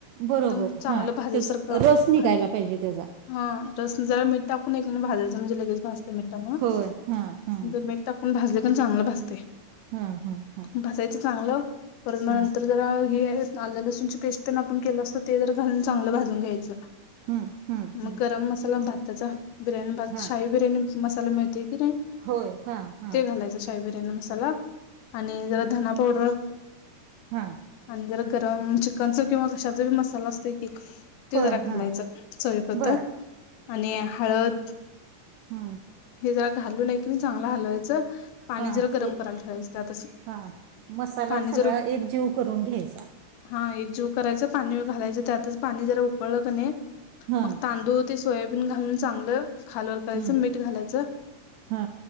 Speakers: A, on the right (about 80°); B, on the left (about 80°).
A: बरोबर
B: एकदम चांगलं
A: हां
B: भाज्या
A: तेच
B: सारखं
A: रस निघायला
B: भा.
A: पाहिजे त्याचा.
B: हा रस जरा मीठ टाकून हाय की भाजायचं, म्हणजे लगेच भाजतं मीठामुळे
A: होय हां हां
B: जर मीठ टाक पण भाजलं पण चांगलं भाजतय,
A: हां हां हां.
B: भाजायचं चांगलं. पर नंतर
A: हां
B: जरा हे आलं लसूणची पेस्ट ना आपण केल असतं ते जर. घालून चांगलं भाजून घ्यायचं,
A: हम्म हम्म हम्म
B: मग गरम मसाला भाताचा. बिर्याणी भात,
A: हां
B: शाही बिर्याणी मसाला मिळतोय कि नाही?
A: होय हां हां
B: ते घालायचं शाही बिर्याणी मसाला आणि जरा धना पावडर.
A: हा.
B: आण जरा गरम चिक कणच किंवा कशाचा बी मसाला असतोय कि ते
A: होय
B: जरा घालायचं
A: हा
B: चविपुरतं.
A: बर
B: आणि हळद.
A: हं
B: हे जरा घालू आहे की नाही चांगल हलवायचं, पाणी
A: हा
B: जरा गरम
A: ए
B: करायला ठेवायचं त्यातच.
A: हा मसाला
B: पाणी
A: सगळा
B: जर
A: एकजीव करून घ्यायचा.
B: हा एक जीव करायच पाणी घालायचं त्यातच पाणी जरा उकळलं क नाही
A: हा
B: मग तांदूळ. ते सोयाबीन घालून चांगलं खालवर करायचं,
A: हम्म
B: मीठ घालायचं.
A: हा